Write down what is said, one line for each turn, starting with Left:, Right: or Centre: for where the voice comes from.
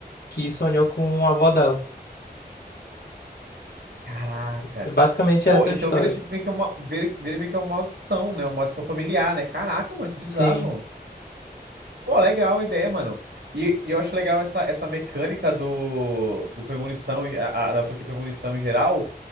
Left: que sonhou com a avó dela.
Right: caraca.
Left: E Basicamente
Right: Pô,
Left: essa
Right: então
Left: é a história.
Right: vira tipo meio que uma, vira, vira meio que uma maldição, né? Uma maldição familiar, né? Caraca, mano, que bizarro.
Left: Sim.
Right: Pô, legal a ideia, mano. E, e eu acho legal essa, essa mecânica do, do Premonição, em- a- a- da franquia Premonição em geral,